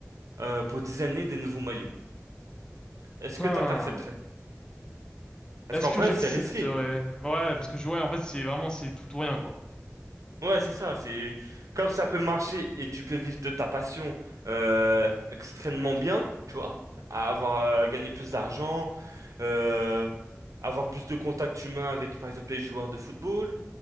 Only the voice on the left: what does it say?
Hmm.
Est-ce
que
j'accepterais?
Ouais, parce que je- ouais, en fait, c'est vraiment c'est tout ou rien quoi.